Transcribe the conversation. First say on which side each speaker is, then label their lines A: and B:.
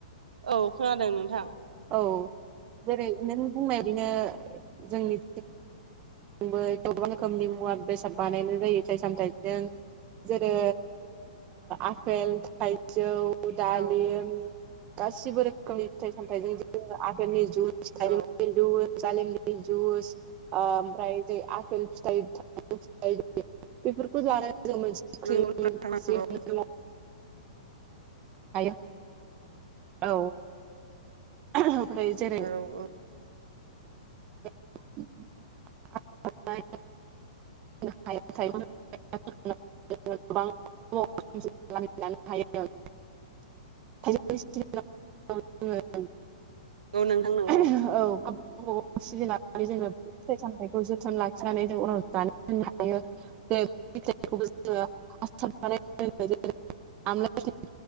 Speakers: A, on the right (about 85°); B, on the right (about 25°).
A: औ खोनादों नोंथां
B: औ जेरै नों बुंनाय बिदिनो जोंनि जोंबो गोबां रोखोमनि मुवा बेसाद बानायनाय जायो फिथाइ सामथाइजों जेरै आपेल थाइजौ उदालिम
A: औ
B: गासिबो रोखोमनि फिथाइ सामथजों जोङो आपेलनि जु फिथाइनि
A: औ
B: जुस डालिमनि जुस ओ ओमफ्राय ज आफेल फिथाइ थ फिथ बेफोरखौ लानानै जों मोनसे क्रिम
A: नंगौ नोंथां नंगौ
B: <unintelligible> <inaudible> औ ओमफ्राय जेरै
A: औ औ
B: <unintelligible> <inaudible> <unintelligible> <inaudible> <unintelligible> <inaudible> <unintelligible> औ।
A: औ नोंथां नंगौ
B: बाव सिबिनानै जोङो फिथाइ सामथाइखौ जोथोन लाखिनानै जों उनाव जानानै दोननो हायो। <unintelligible> <inaudible> <unintelligible> <inaudible>